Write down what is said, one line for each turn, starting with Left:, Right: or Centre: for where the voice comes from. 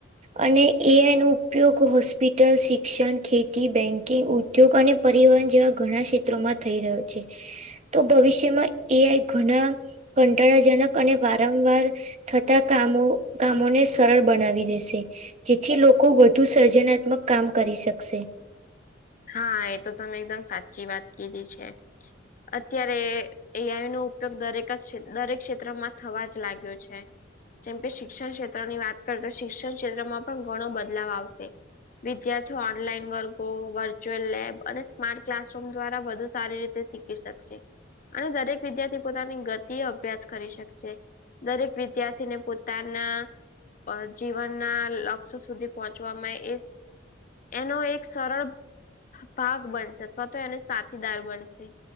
Right: અને એ આઈ નો ઉપયોગ હોસ્પિટલ, શિક્ષણ, ખેતી, બેન્કિંગ, ઉધ દ્યોગ અને પરિવહન જેવા ઘણા ક્ષેત્રોમાં થઈ રહ્યો છે. તો ભવિષ્યમાં એ આઈ ઘના કંટાળાજનક અને વારંવાર થતા કામો-કામોને સ સરળ બનાવી દેશે. જેથી લોકો વધુ સર્જનાત્મક કામ કરી શકશે.
Left: હા. એ તો તમે એકદમ સાચી વાત કીધી છે. અત્યારે એ આઈ નો ઉપયોગ દરેક જ દરેક ક્ષેત્રમાં થવા જ લાગ્યો છે. જેમ કે શિક્ષણ ક્ષેત્રની વાત કર, તો શિક્ષણ ક્ષેત્રમાં પણ ઘણો બદલાવ આવશે. વિદ્યાર્થીઓ ઓનલાઈન વર્ગો, વર્ચ ચ્યુઅલ લેબ અને સ્માર્ટ ક્લાસરૂમ દ્વારા વધુ સારી રીતે શીખી શકશે. અને દરેક વિદ્યાર્થી પોતાની ગતિએ અભ્યાસ કરી શકશે. દરેક વિદ્યાર્થીને પોતાના... અ જીવનના લક્ષ્ય સુધી પહોંચવામાં એ... એનો એક સરળ. ભાગ બનશે અથવા તો એને સાથીદાર બનશે.